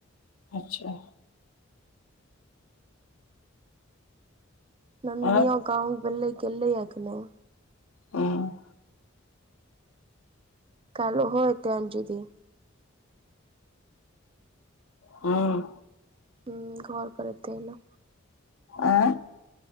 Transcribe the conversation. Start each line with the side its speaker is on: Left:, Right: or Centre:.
Left: अच्छा।
Right: नन्दनियो
Left: आओर
Right: गाँव बलैगलै आखने।
Left: हूँ
Right: कायल ओहो एतै आइनजदी।
Left: ह्म
Right: ह्म घर पर अबतियौ।
Left: ऐ